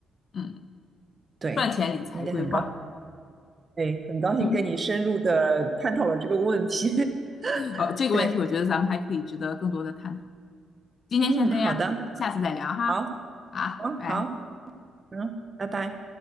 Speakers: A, on the left (about 50°); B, on the right (about 30°).
A: 嗯，
B: 对，
A: 赚钱理财规划，
B: 你得很高，对，很高兴跟你深入的探讨了这个问题。
A: 嗯，
B: <laughs>
A: 哦，这个问题我觉得咱们还可以值得更多的探讨。
B: 对，
A: 今天先这样，
B: 嗯，好的，
A: 下次再聊哈。
B: 好，
A: 好，
B: 好，
A: 拜拜。
B: 好，嗯，拜拜。